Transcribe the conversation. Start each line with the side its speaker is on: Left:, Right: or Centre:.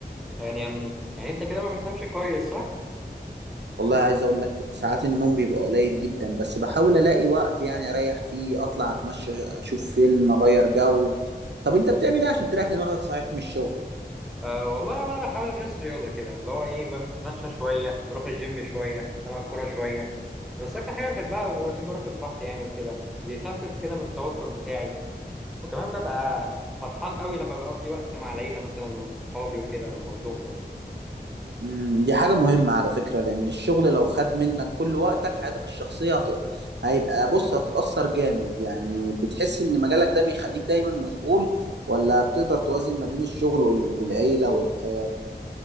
Centre: يعني يا مني يعني انت كده ما بتنامش كويس صح
Right: والله عايز اقول لك ساعات النوم بيبقى قليل جدا بس بحاول الاقي وقت يعني اريح فيه اطلع اتمشى اشوف فيلم اغير جو طب انت بتعمل ايه عشان تريح دماغك صحيح من الشغل
Centre: أه والله وانا بحاول امارس الرياضه كده اللي هو ايه بتمشى شويه بروح الجيم شويه بلعب كوره شويه بس اكتر حاجه بحبها بحب اروح البحر يعني وكده بيخفف كده من التوتر بتاعي وكمان ببقى فرحان قوي لما بقضي وقت مع العيله مثلا وصحابي وكده لما بنخرج
Right: امم دي حاجة مهمة على فكرة لان الشغل لو خد منك كل وقتك حياتك الشخصية هت... هيبقى بص هتتأثر جامد يعني بتحس ان مجالك ده بيخليك دايما مشغول ولا بتقدر توازن ما بين الشغل وال... والعيلة والحياة